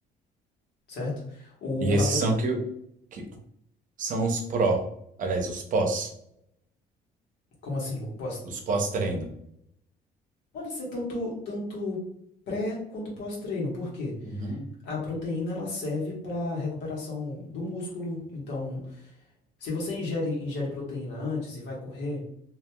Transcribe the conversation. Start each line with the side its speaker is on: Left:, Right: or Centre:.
Left: certo? O,
Right: e esses
Left: a pro-
Right: são que, que são os pró, aliás, os pós,
Left: Como assim? O pós...
Right: os pós-treino.
Left: Pode ser tanto, tanto pré quanto pós-treino, por quê?
Right: Uhum.
Left: A proteína ela serve para recuperação do músculo, então se você ingere, ingere proteína antes e vai correr,